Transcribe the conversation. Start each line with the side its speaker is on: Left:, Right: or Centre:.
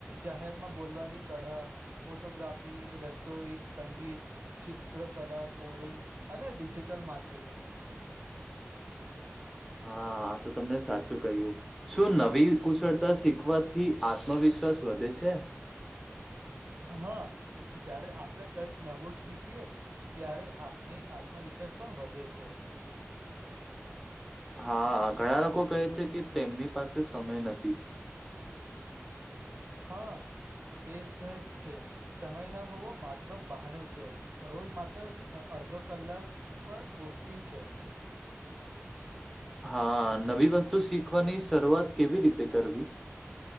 Right: જાહેરમાં બોલવાની કળા ફોટોગ્રાફી રસોઈ સંગીત, ચિત્રકલા, કોડિંગ અને ડિજિટલ માર્કેટિંગ
Centre: હા આ તો તમને સાચું કહ્યું શું નવી કુશળતા શીખવાથી આત્મવિશ્વાસ વધે છે.
Right: હા જયારે આપડે કઈક નવું શીખીએ ત્યારે આપણી આત્મવિશ્વાસ પણ વધે છે.
Centre: હા ઘણા લોકો કહે છે કે તેમની પાસે સમય નથી
Right: હા તેજ કહે જ છે. સમય ના હોવો માત્ર બહાનું છે રોજ માત્ર અ અડધો કલાક પણ પૂરતી છે.
Centre: હા નવી વસ્તુ શીખવાની શરૂઆત કેવી રીતે કરવી